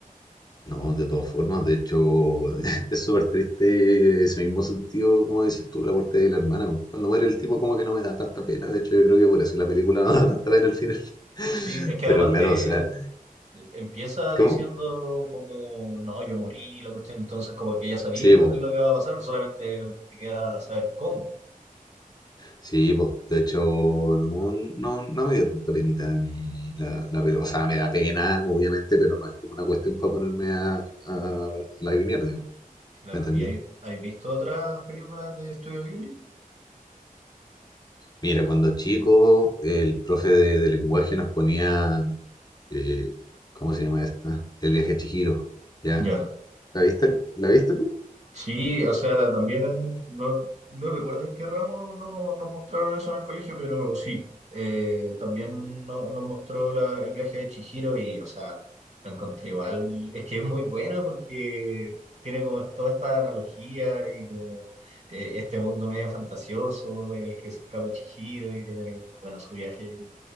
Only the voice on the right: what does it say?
Sí, es que
además
te
empieza
diciendo como, no, yo morí, la cuestión, entonces como que ya sabéis
lo,
lo que va a pasar, solamente te queda saber cómo,
claro.
¿Y hay, hay visto otras películas de Estudio Ghibli?
Ya.
Sí, o sea, también en- no, no recuerdo en qué ramo no- nos mostraron eso en el colegio, pero sí, eh, también no- nos mostró la- el viaje de Chihiro y, o sea, lo encontré igual. Es que es muy buena porque tiene como toda esta analogía y como eh, este mundo medio fantasioso en el que se escapa Chihiro y tiene, bueno, su viaje